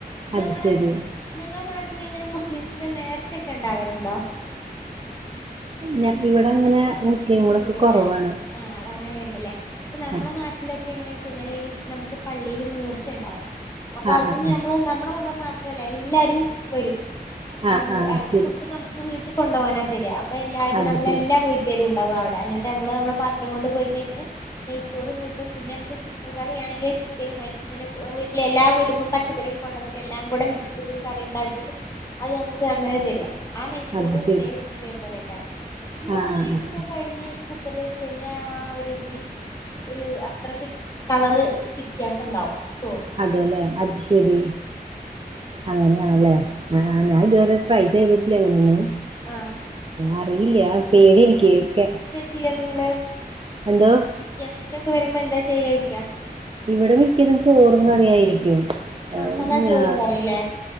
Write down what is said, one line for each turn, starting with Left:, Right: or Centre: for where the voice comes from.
Left: ഇത്
Right: അത്
Left: നമ്മളെ
Right: ശരി
Left: നിങ്ങളെ നാട്ടില് ഇങ്ങനെ മുസ്ലിംസിന്റെ നേർച്ചയൊക്കെ ഉണ്ടാവരുണ്ടോ
Right: ഞൻ ഇവിടെ അങ്ങനെ മുസ്ലിങ്ങളൊക്കെ
Left: അങ്ങനെയില്ലല്ലേ
Right: കുറവാണ്
Left: ആഹ് അ അങ്ങനെയുണ്ടല്ലേ ഇപ്പൊ നമ്മുടെ
Right: ആഹ്
Left: നാട്ടിലൊക്കെ എങ്ങനാ വെച്ച് കഴിഞ്ഞാല് ഈ നമുക്ക് പള്ളിയില് നേർച്ചയണ്ടാവും അപ്പൊ
Right: ആഹ്
Left: അതിന്
Right: ആഹ്
Left: നമ്മള് നമ്മള മതം മാത്രല്ല എല്ലാരും വരും
Right: ആഹ്
Left: നമ്മള്
Right: ആഹ്
Left: ആ
Right: അത് ശരി
Left: ഫുഡ് നമുക്ക് വീട്ടിൽ കൊണ്ടുപോകാനാ തരി അപ്പൊ എല്ലാരും
Right: അത്
Left: നമ്മളെല്ലാം
Right: ശരി
Left: വീട്ട ണ്ടാവും അവിടെ അങ്ങട്ട് നമ്മ നമ്മള പാത്രം കൊണ്ട് പോയി കഴിഞ്ഞാൽ നെയ്ത്തോറും കിട്ടും പിന്നെ നമ കറിയാണെങ്കിൽ ചിക്കനും ഇങ്ങനെ വീട്ടില് എല്ലാ വീട്ടിന്നും പച്ചക്കറി കൊണ്ട് വന്നിട്ട് എല്ലാം കൂടെ മിക്സിതിട്ട് കറി ഉണ്ടാക്കിയിട്ട് അത് നമുക്ക് അങ്ങനെ തരാ ആ നെയ്ച്ചോറ്
Right: അത് ശരി
Left: ഏകദേശതു പോലെക്കരാം നമ്മൾ
Right: ആഹ്
Left: ഉള്ളി
Right: ആഹ് ആഹ്
Left: കഴിഞ്ഞ് കുക്കറില് വെച്ച് കഴിഞ്ഞാ ഒരി ഇതിന് ഒരു അത്ര കളറ് വ്യത്യാസം ഉണ്ടാവും ചോറിന്
Right: അതെല്ലേ അത് ശരി അങ്ങനെയാണല്ലേ ആ ഞാൻ ഇതുവരെ ട്രൈ ചെയ്തിട്ടില്ല അങ്ങനെയൊന്നും
Left: ആ
Right: അറിയില്ല പേടി എനിക്ക്ക്കെ
Left: ചെയ്യ നിങ്ങള്
Right: എന്തോ
Left: ഗെസ്റ്റ് ഒക്കെ വരുമ്പോ എന്താ ചെയ്യാ ചോയ്ക്കാ
Right: ഇവിടെ മിക്കതും ചോറും കറിയായിരിക്കും ആഹ്
Left: സദാ
Right: ഞ
Left: ചോറും കറില്ലേ